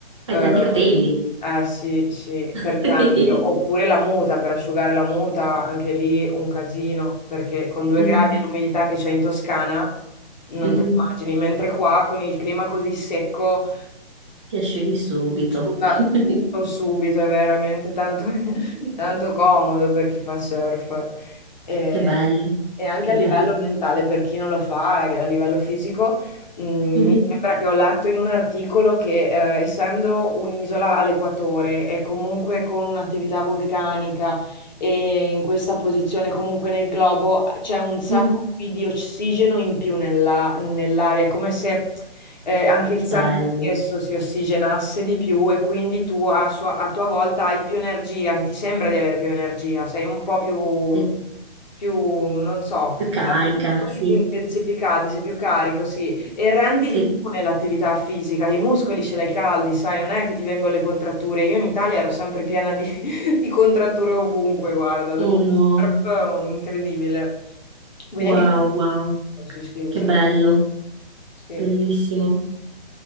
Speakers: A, on the right (about 30°); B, on the left (about 45°).
A: hai
B: Eh,
A: tanti capelli.
B: eh sì, sì,
A: <laughs>
B: per esempio, oppure la muta, per asciugare la muta, anche lì un casino, perché con due
A: Mm,
B: gradi e l'umidità che c'è in Toscana, non
A: mhm.
B: te lo immagini, mentre qua con il clima così secco
A: Ti asciughi subito.
B: Asciuga
A: <laughs>
B: tutto subito, è veramente tanto, <laughs> tanto comodo per chi fa surf. E,
A: Che bello,
B: e anche
A: che
B: a livello
A: bello.
B: mentale, per chi non lo fa, e a livello fisico, mh, mi
A: Mhm,
B: sembra che ho letto in un articolo che, eh, essendo un'isola all'equatore e comunque con un'attività vulcanica e in questa posizione comunque nel globo, c'è un sacco
A: mhm.
B: di ossigeno in più nella- nell'aria, come se eh, anche il sangue
A: Bello,
B: stesso si ossigenasse di più e quindi tu a, sua- a tua volta hai più energia, che ti sembra di avere più energia, sei un po' più,
A: sì.
B: più, non so,
A: Più carica,
B: hai i muscoli
A: sì.
B: più intensificati, sei più carico, sì, e rendi
A: Sì,
B: di più nell'attività fisica, i muscoli ce l'hai caldi, sai, non è che ti vengono le contratture, io in Italia ero sempre piena di, <laughs> di contratture ovunque, guarda, dopo
A: uno.
B: il surf, incredibile. Quindi
A: Wow,
B: anche... lì,
A: wow,
B: Sì, sì, mi
A: che
B: sento...
A: bello,
B: Sì.
A: bellissimo.